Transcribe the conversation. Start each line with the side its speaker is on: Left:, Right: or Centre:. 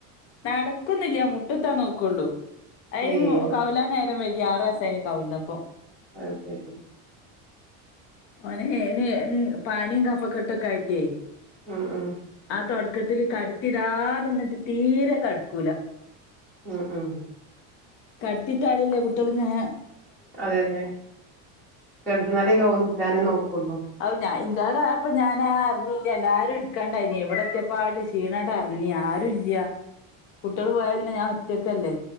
Left: നടക്കുന്നില്യ മുട്ടൂത്താ നോക്കുള്ളൂ അയ്
Centre: ഏഹ്
Left: കൗലാന വൈകി ആറ് വയസായി കവുന്നപ്പോ.
Centre: അഹ്ശരി
Left: ഓനെ <unintelligible> പനീം കഫക്കെട്ടൊക്കെ ആയിട്ടേ
Centre: ഉം ഉം
Left: ആഹ് തൊടക്കത്തില് കടുത്തി ഇടാതിന്നിട്ട് തീരെ കെടക്കൂല
Centre: ഉം ഉം
Left: കടുത്തിട്ടാലല്ലേ കുട്ടികളിങ്ങനെ
Centre: അതന്നെ കെടുന്നാലേ കൗലാനും നോക്കുള്ളൂ
Left: അവ് ഞാ ഇൻ്റാടാ ആയപ്പൊ ഞാനാ അറിഞ്ഞില്ല എല്ലാരും എടുക്കാണ്ടായിനി ഇവിടെത്തിയപ്പാട് ക്ഷീണടാറിഞ്ഞി ആരു ഇല്യ കുട്ടികള് പോയ പിന്നെ ഞാൻ ഒറ്റയ്ക്കല്ലേ